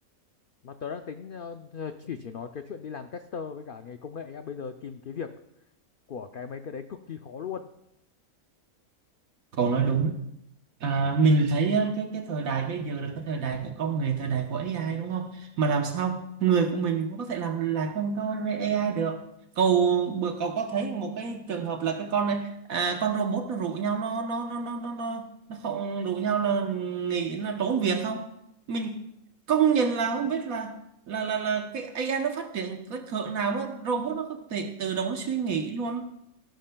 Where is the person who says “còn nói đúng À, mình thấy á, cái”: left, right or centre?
Right